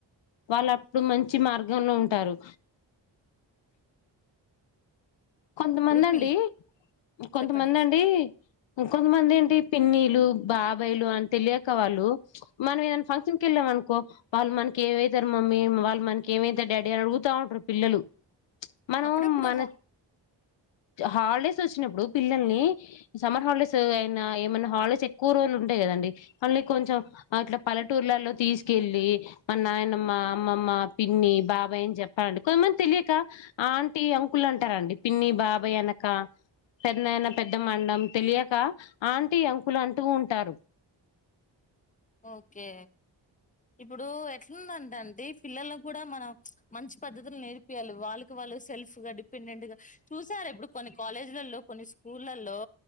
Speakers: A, on the left; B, on the left.
A: వాళ్ళు అప్పుడు మంచి మార్గంలో ఉంటారు. కొంతమంది
B: ఇప్పుడు
A: అండి
B: పిల్
A: కొంతమంది
B: చెప్పండి
A: అండి కొంతమంది ఏంటి మీ పిన్నీ టు బాబాయిలు అంట తెలియక వాళ్ళు మనం ఏదైనా ఫంక్షన్ క వెళ్ళామ వాళ్ళు మనకి ఏమవుతారు, మమ్మీ వాళ్ళు మనకి ఏమవుతారు డాడీ అని అడుగుతా ఉంటారు పిల్లలు. మనం
B: అప్పుడప్పుడు
A: మన
B: హో
A: హాలిడేస్ వచ్చినప్పుడు పిల్లల్ని సమ్మర్ హాలిడేస్ అయినా ఏమైన్నా హాలిడేస్ ఎక్కువ రోజులు ఉంటాయి కదండి. మళ్ళీ కొంచెం అట్లా పలెటూర్లలో తీసుకెళ్ళి మా నాయనమ్మ అమ్మమ్మ పిన్ని బాబాయ్ అని చెప్పాలండి. కొంతమంది తెలియక ఆంటీ అంకులు అంటారండి పిన్ని బాబాయ్. అబ అనక పెద్దయినా, పెద్దమ్మ తెలియక ఆంటీ అంకులు అంటూ ఉంటారు.
B: ఓకే ఇప్పుడు ఎట్ందంట అండి పిల్లలు కూడా మనం మంచి పద్ధతులు నేర్పియాలి. వాళ్ళకి వాళ్ళు సెల్ఫ్గా డిపెండెంట్గా చూసారు. ఇప్పుడు కొన్ని కాలేజీలలో కొన్ని స్కూళ్లల్లో